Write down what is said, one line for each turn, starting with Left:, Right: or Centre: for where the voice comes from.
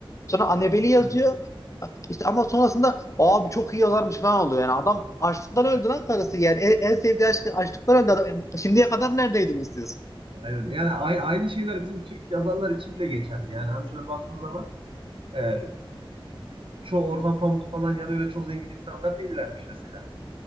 Left: Sonra Annabelle'i yazıyor.
Right: Yani,
Left: İşte ama sonrasında abi çok iyi yazarmış falan oluyor. Yani adam açlıktan öldü
Right: yani,
Left: lan karısı. Yani en, en sevdiği aşkı açlıktan öldü. Yani şimdiye kadar neredeydiniz siz?
Right: aynen. Yani a- aynı şeyler bizim Türk yazarlar için bile geçerli. Yani hani şöyle baktığın zaman e, çoğu Orhan Pamuk falan yani öyle çok zengin insanlar değillermiş mesela.